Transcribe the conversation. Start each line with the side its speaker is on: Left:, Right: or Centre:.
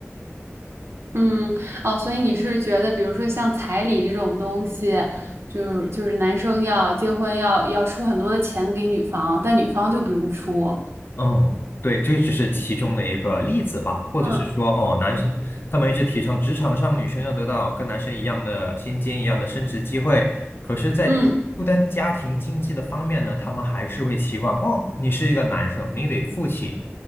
Right: 嗯，哦，所以你是觉得，比如说像彩礼这种东西，就是就是男生要结婚要要出很多的钱给女方，但女方就不用出。
Left: 嗯，对，这只是其中的一个例子吧，或者是说，
Right: 嗯
Left: 哦，男生他们一直提倡职场上女生要得到跟男生一样的薪金、一样的升职机会，可是，在负担家庭经济的方面呢，
Right: 嗯
Left: 他们还是会期望，哦，你是一个男生，你得负起